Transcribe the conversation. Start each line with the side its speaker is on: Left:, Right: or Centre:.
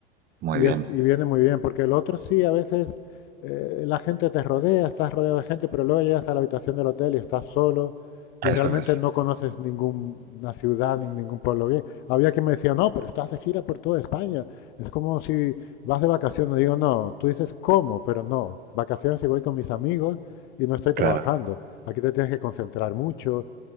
Right: Muy
Left: Y,
Right: bien,
Left: es, y viene muy bien, porque el otro sí, a veces eh, la gente te rodea, estás rodeado de gente, pero luego llegas a la habitación del hotel y estás solo y
Right: eso
Left: realmente
Right: es,
Left: no conoces ninguna ciudad ni ningún pueblo bien. Había quien me decía, no, pero estás de gira por toda España. Es como si vas de vacaciones. Digo, no, tú dices, ¿cómo? Pero no, vacaciones y voy con mis amigos y no estoy trabajando.
Right: claro.
Left: Aquí te tienes que concentrar mucho